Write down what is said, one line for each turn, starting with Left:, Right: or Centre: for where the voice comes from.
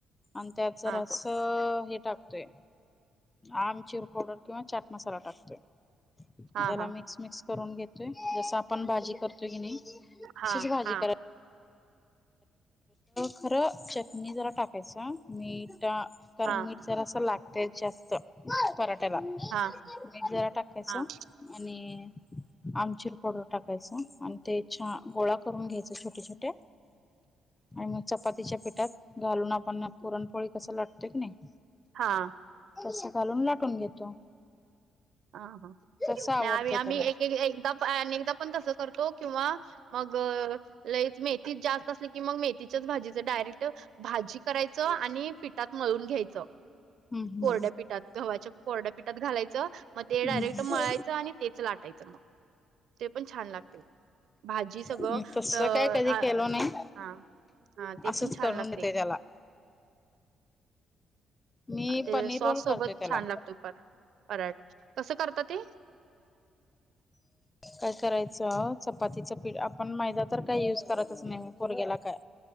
Left: आणि त्यात जरास
Right: हा
Left: हे टाकतोय. आमचुर पावडर किंवा चाट मसाला टाकतोय. आणि
Right: हा
Left: त्याला
Right: हा.
Left: मिक्स मिक्स करून घेतोय जस आपण भाजी करतोय की नाही.
Right: हा
Left: तशीच भाजी
Right: हा
Left: करायची खरं चटणी जरा टाकायच मीठ कारण
Right: हा
Left: मी जरा असं लागते जास्त पराठ्याला मीठ
Right: हा
Left: जरा टाकायच
Right: हा
Left: - आणि आमचीर पावडर टाकायच आणि ते छान गोळा करून घ्यायच छोटे छोटे आणि मग चपातीच्या पिठात घालून आपण पुरणपोळी कस लटतोय की नाही
Right: हा
Left: तस घालून लाटून घेतो
Right: हा हा
Left: तसं आवडतंय
Right: नाही आम्ही आम्ही
Left: त्याला
Right: एक एकदा अ एकदा पण तसं करतो किंवा मग लईच मेथीच जास्त असली की मग मी तिच्याच भाजी डायरेक्ट भाजी करायच आणि पिठात मळून घ्यायचं
Left: हम्म
Right: कोरड्यापीठात गव्हाच्या कोरड्यापीठात घालायचं मग ते
Left: हम्म
Right: डायरेक्ट मळायचं आणि तेच लाटायचं ते पण छान लागते भाजी सगळं
Left: हम्म तस
Right: अ
Left: काय कधी
Right: आ
Left: केलो नाही
Right: हा हा ते
Left: असंच
Right: पण छान
Left: करून
Right: लागते
Left: देते त्याला मी
Right: ते
Left: पनीर
Right: सॉस
Left: रोल
Right: सोबत
Left: करतोय त्याला
Right: छान लागतो पर पराठ कसं करतात ते
Left: काय करायचं चप चपातचं पीठ आपण मैदा तर काई युज करतच नाही मग पोरगीला काय